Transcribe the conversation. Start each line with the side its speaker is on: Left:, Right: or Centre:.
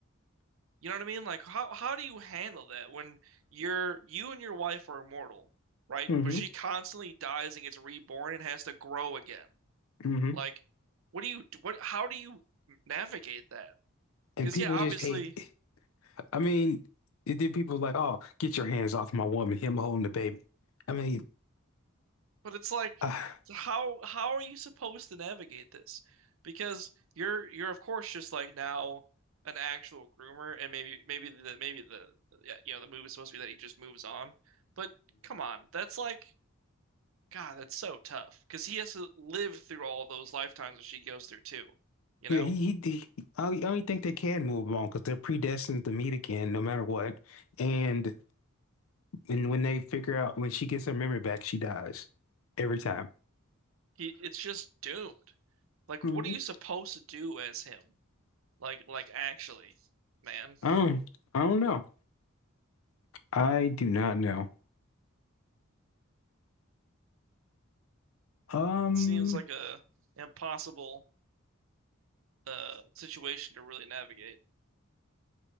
Right: You know what I mean? Like how how do you handle that when you're you and your wife are immortal, right?
Left: hmm
Right: But she constantly dies and gets reborn and has to grow again.
Left: hmm
Right: Like, what do you what how do you navigate that?
Left: And
Right: Because
Left: people
Right: yeah, obviously
Left: just hate. I mean, it did people like, oh, get your hands off my woman. Him holding the baby. I mean,
Right: But it's like,
Left: ah.
Right: how how are you supposed to navigate this? Because you're you're of course just like now an actual groomer, and maybe maybe the maybe the yeah, you know the move is supposed to be that he just moves on. But come on, that's like God, that's so tough because he has to live through all of those lifetimes that she goes through too. You
Left: Yeah,
Right: know,
Left: he, he, he I only I only think they can move on because they're predestined to meet again, no matter what. And and when they figure out when she gets her memory back, she dies every time.
Right: he it's just doomed. Like,
Left: Mhm.
Right: what are you supposed to do as him? Like, like actually, man,
Left: I don't, I don't know. I do not know. Um,
Right: it seems like a impossible uh situation to really navigate.